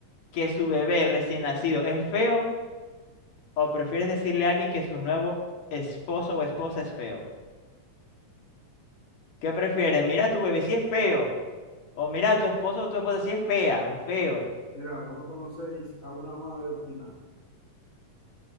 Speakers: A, on the left; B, on the left.
A: que su bebé recién nacido es feo. ¿O prefieres decirle a alguien que su nuevo esposo o esposa es feo? ¿Qué prefieres? Mira, tu bebé si es feo. O mira, tu esposo o tu esposa si es fea o feo.
B: Mira, vos no conocéis a una madre obstinada.